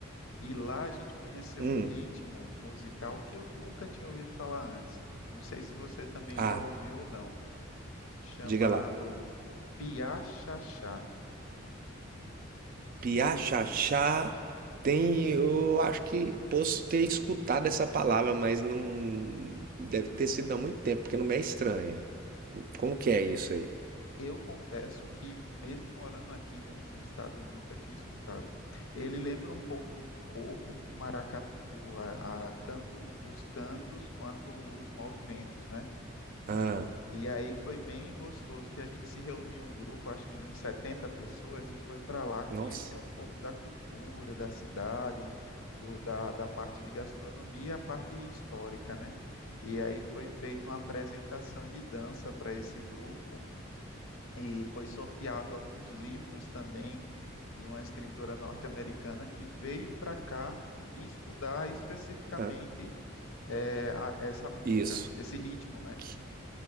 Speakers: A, on the left; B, on the right.
A: E lá a gente conheceu
B: hum,
A: um ritmo musical que eu nunca tinha ouvido falar antes. Não sei se você também
B: ah,
A: já ouviu ou não, chamado
B: diga lá.
A: piachachá.
B: Piachachá
A: Ele
B: tem, eu acho que posso ter escutado essa palavra, mas não deve ter sido há muito tempo, porque não me é estranha. Como que é isso aí?
A: Eu confesso que, mesmo morando aqui dentro do estado, eu nunca tinha escutado. Ele lembra um pouco do coco com maracatu, a, a- tanto os cantos quanto os movimentos, né?
B: Ah,
A: E aí foi bem gostoso que a gente se reuniu um grupo, acho que de uns 70 pessoas, e foi para lá conhecer
B: nossa.
A: um pouco da cultura, da cidade, do, da, da parte de gastronomia, e a parte histórica, né? E aí foi feita uma apresentação de dança para esse grupo, e foi sorteado alguns livros também de uma escritora norte-americana que veio para cá estudar especificamente
B: Ah,
A: é, a- essa música,
B: isso.
A: esse ritmo, né?
B: Que,